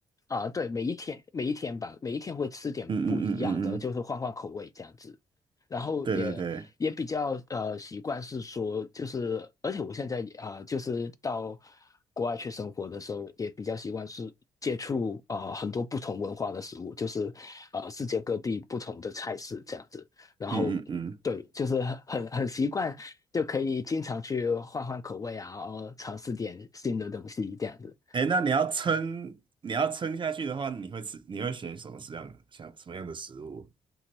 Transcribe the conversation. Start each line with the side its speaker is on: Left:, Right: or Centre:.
Left: 啊，对，每一天每一天吧，每一天会吃点不一样的，
Right: 嗯嗯嗯嗯嗯，
Left: 就是换换口味这样子。然后也也比较呃习惯是说，
Right: 对对对，
Left: 就是而且我现在啊、呃就是到国外去生活的时候，也比较习惯是接触啊很多不同文化的食物，就是呃世界各地不同的菜式这样子。然后对，
Right: 嗯嗯嗯。
Left: 就是很很很习惯。就可以经常去换换口味啊，然后尝试点新的东西这样子。
Right: 哎，那你要撑，你要撑下去的话，你会吃，你会选什么样，像什么样的食物？